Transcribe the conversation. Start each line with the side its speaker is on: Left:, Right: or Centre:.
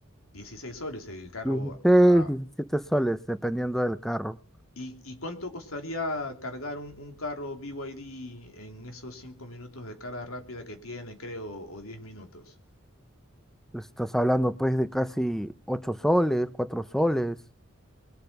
Left: dieciséis soles el carro
Centre: 16,
Left: a,
Centre: 17 soles, dependiendo del carro.
Left: ¿Y, y cuánto costaría cargar un, un carro B Y D en esos 5 minutos de carga rápida que tiene, creo, o 10 minutos?
Centre: Estás hablando pues de casi 8 soles, 4 soles.